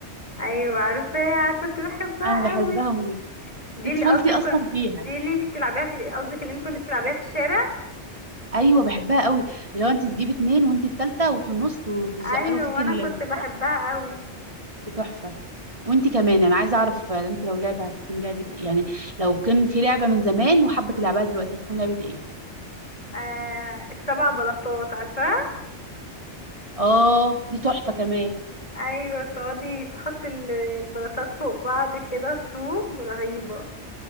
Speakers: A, on the left; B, on the right.
A: ايوه عارفه كنت بحبها
B: انا بحبها
A: قوي
B: موت
A: دي
B: دي
A: اللي
B: طفولتي
A: قصدك
B: اصلا
A: كن-
B: فيها
A: دي اللي انت بتلعبيها في قصدك اللي انت كنت بتلعبيها في الشارع
B: ايوه بحبها قوي اللي هو انت تجيبي اتنين وانت التالته وفي النص وبيزقلوا
A: ايوه
B: فيك
A: وانا
B: ال-
A: كنت
B: الكرة
A: بحبها قوي
B: دي تحفه وانت كمان انا عايزه اعرف آه، انت لو لعبه هتكون لعبه ايه يعني لو كان في لعبه من زمان وحابه تلعبها دلوقتي هتكون لعبه ايه
A: آه السبع بلاطات عارفاها
B: اه دي تحفه كمان
A: ايوه تقعدي تحطي ال- البلاطات فوق بعض كده طوب رهيبه